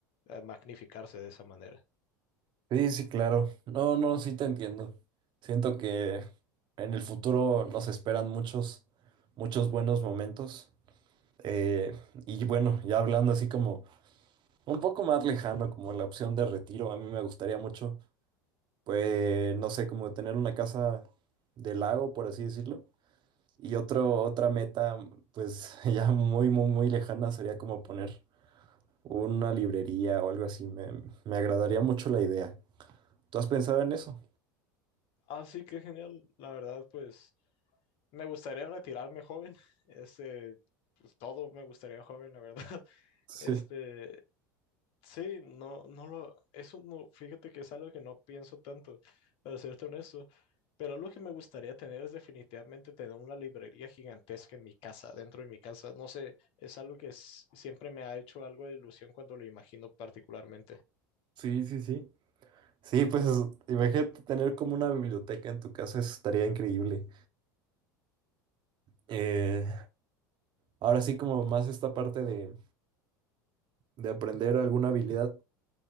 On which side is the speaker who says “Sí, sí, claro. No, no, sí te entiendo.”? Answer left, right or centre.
Right